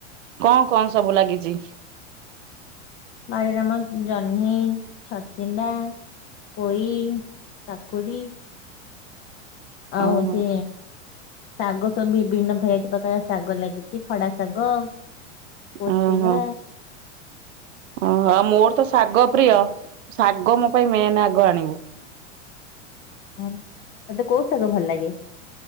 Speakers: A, on the right (about 75°); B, on the left (about 25°).
A: କଣ କଣ ସବୁ ଲାଗିଛି?
B: ବାରିରେ ଆମର ଜହ୍ନି ଛଚିଣ୍ଡା। ପୋଇ କାକୁଡ଼ି। ଆଉ
A: ଓହୋ
B: ହଉଚି ଶାଗ ସବୁ ବିଭିନ୍ନ ଭେରାଇଟି ପ୍ରକାର ଶାଗ ଲାଗିଛି ଖଡା ଶାଗ। କୋଚିଲା।
A: ଓହୋ ଓହୋ ମୋର ତ ଶାଗ ପ୍ରିୟ ଶାଗ ମୋ ପାଇଁ ମେନ୍ ଆଗ ଆଣିବୁ।
B: ହଁ ମତେ କୋଉ ସାଗ ଭଲ ଲାଗେ।